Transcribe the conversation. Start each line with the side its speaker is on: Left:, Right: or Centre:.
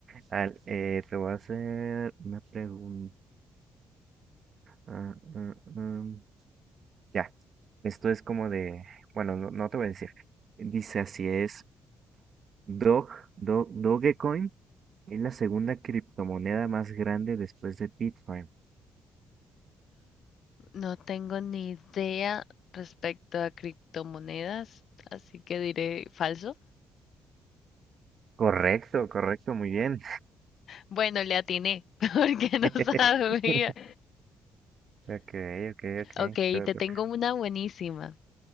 Right: al- eh, te voy a hacer una pregunta. Ah, ah, ah, Ya, esto es como de, bueno, no, no te voy a decir. Dice así es, Dog, Do- Dogecoin es la segunda criptomoneda más grande después de Bitcoin.
Left: No tengo ni idea respecto a criptomonedas, así que diré falso.
Right: Correcto, correcto, muy bien.
Left: Bueno, le atiné <laughs> porque no
Right: <laughs>
Left: sabía.
Right: Ok, ok, ok.
Left: Ok,
Right: Te
Left: te
Right: toca.
Left: tengo una buenísima.